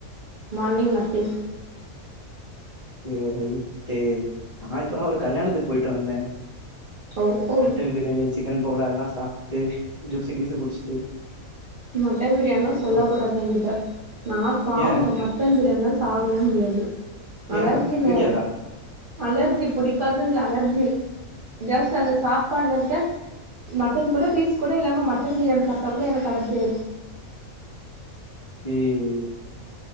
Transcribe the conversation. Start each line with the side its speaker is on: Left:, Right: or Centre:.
Right: morning நட்டு
Left: ஏ ரைட்டு நா இப்பதா ஒரு கல்யாணத்துக்கு போயிட்டு வந்த
Right: ஓ ஓ
Left: மட்டன் பிரியாணி சிக்கன் போகோடா எல்லா சாப்ட்டு ஜூஸு கீசு குடிச்ட்டு
Right: மட்டன் பிரியாணிலா சொல்ல
Left: வந்துட்டோம்.
Right: கூடாது எங்கிட்ட நாலா பாவங்க
Left: ஏன்?
Right: ம டன் பிரியாண்லா சாப்டவே முடியாது. அலர்ஜிங்க
Left: ஏன்? புடிக்காதா?
Right: அலர்ஜி பிடிக்காதுன் இல்ல. அலர்ஜி. ஜஸ்ட் அந்த சாப்பாட்ல இருக்க மட்டன் கூட பீஸ் கூட இல்லாம மட்டன் பிரியாணி சாப்ட்டா கூட எனக்கு அலர்ஜி ஆயிரு.
Left: ஏ